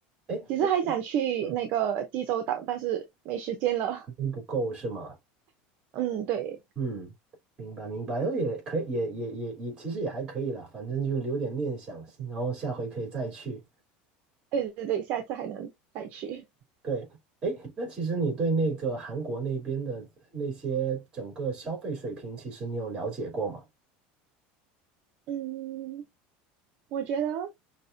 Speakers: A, on the right (about 20°); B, on the right (about 45°).
A: 哎，
B: 其实还想去那个济州岛，
A: 嗯，
B: 但是没时间了。
A: 时间不够是吗？
B: 嗯，对，
A: 嗯，明白明白，然后也可以，也也也也，其实也还可以啦，反正就留点念想，然后下回可以再去。
B: 对对对，下次还能再去。
A: 对，哎，那其实你对那个韩国那边的那些整个消费水平，其实你有了解过吗？
B: 嗯，我觉得